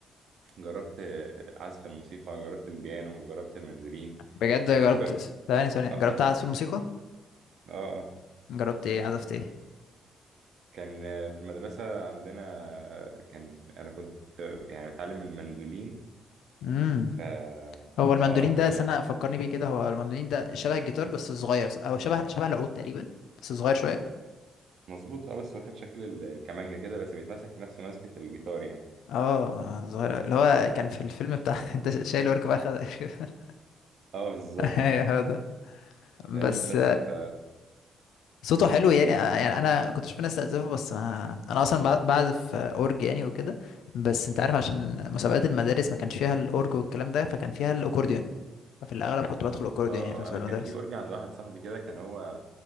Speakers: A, on the right; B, on the left.
A: جربت آه، عزف الموسيقى جربت البيانو جربت المندولين
B: بجد
A: يعني
B: جربت
A: شوف جر...
B: ثواني ثواني
A: اخدت
B: جربت اعزف الموسيقى
A: اه آه.
B: جربت ايه عزفت ايه
A: كان آه، في المدرسة عندنا آه، كان أنا كنت يعني بتعلم المندولين
B: امم
A: ف
B: هو المندولين
A: اه ف
B: ده سنة فكرني بيه كده هو المندولين ده شبه الجيتار بس صغير او شبه شبه العود تقريبا بس صغير شوية
A: مظبوط اه بس واخد شكل ال- الكمانجا كده بس بيتمسك نفس ماسكة الجيتار يعني
B: اه آه، صغير أوي. اللي هو كان في الفيلم بتاع <laughs> انت شايل ورك فرخة ده. <laughs>
A: اه بالظبط
B: ايوه هو ده بس
A: فاهم بس ف
B: صوته حلو يعني آه، يعني انا كنت بشوف ناس تعزفه بس ما انا اصلا بع- بعزف اورج يعني وكده بس انت عارف عشان مسابقات المدارس ما كانش فيها الاورج والكلام ده فكان فيها الاكورديون
A: مم.
B: ففي الاغلب كنت بدخل اكورديون
A: اه
B: يعني في مسابقات
A: اه انا كان
B: المدارس
A: في اورج عند واحد صاحبي كده كان هو